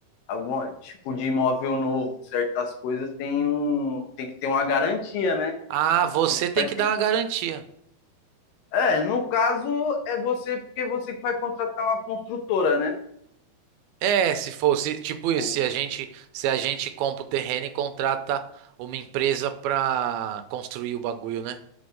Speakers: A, on the left; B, on the right.
A: algum tipo de imóvel novo, certas coisas tem um tem que ter uma garantia, né?
B: Ah, você tem
A: Vai
B: que
A: ter
B: dar
A: que
B: uma garantia.
A: É, no caso é você porque é você que vai contratar uma construtora, né?
B: É, se fosse tipo isso,
A: Ou-
B: se a gente, se a gente compra o terreno e contrata uma empresa pra construir o bagulho, né?